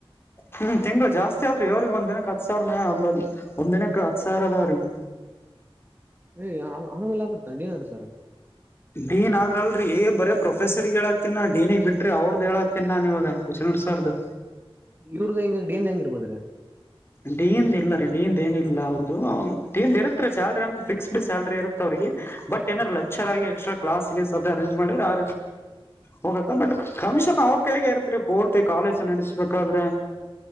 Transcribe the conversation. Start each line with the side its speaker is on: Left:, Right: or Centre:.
Left: ಹ ತಿಂಗ್ಗಳು ಜಾಸ್ತಿ ಆದ್ರಿ ಅವ್ರಗ್ ಒಂದ್ಿನಕ್ಕೆ ಹತ್ ಸಾವಿರ ಒಂದ್ ಒಂದ ದಿನಕ್ಕೆ ಹತ್ ಸಾವಿರ ಅದಾವ್ರಿಗೆ
Right: ಏ್ ಆಮಲೆಲ್ಲಾಭ ಬರ್ತ ನ್ ನಸರ್
Left: ಡೀನ್ ಆದ್ರಲ್ರಿ ಬರೇ ಪ್ರೊಫೆಸರ್ ಹೇಳತ್ತಿನ ಡನ್ಿಗೆ ಬಿಡ್ರಿ ಅವ್ರದ್ದ ಹೇಳತ್ತನ್ ನನ್ ಇವಾಗ ಕುಸಿನಡ್ ಸಾರ್ದು
Right: ಇವ್ರದ ಹೆಂಗ ಡನ್ ಹೆಂಗಿರ್ಬೋದ್ರಿ
Left: ಡಿ ಇಂದ ಇಲ್ಲ ರೀ ಡಿ ಇಂದ ಏನಿಲ್ಲ ಅವ್ರ್ದದು ಡಿ ಇರುತ್ತ ರೀ ಸ್ಯಾಲ್ರಿ ಅಂತ ಫಿಕ್ಸ್ಡ್ ಸ್ಯಾಲ್ರಿ ಇರುತ್ತ ಅವ್ರಿಗೆ ಬಟ್ ಏನಾರು ಲೆಕ್ರ್ ಆಗಿ ಎಕ್ಸ್ಟ್ರಾ ಕ್ಲಾಸ್ಗೆ ಅೇಂಜ್ ಮಾಡಿದ್ರ ಆ ಹೋಗತ್ತಾ ಬಟ್ ಕಮಿಷನ್ ಅವ್ರ ಕ ಹೇಗೆ ಇರ್ತ್ರಿ ಪೂರ್ತಿ ಕಾಲೇಜ್ ನಡೆಸ್ಬೇಕಾದ್ರೆ